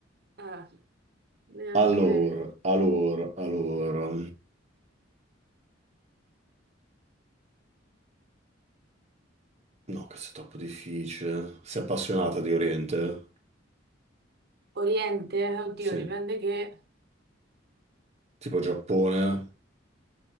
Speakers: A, on the right; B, on the right.
A: Eh, neanche.
B: Allora, allora, allora. No, questo è troppo difficile. Sei appassionata di Oriente?
A: Oriente, eh, oddio,
B: Sì.
A: dipende che...
B: Tipo Giappone?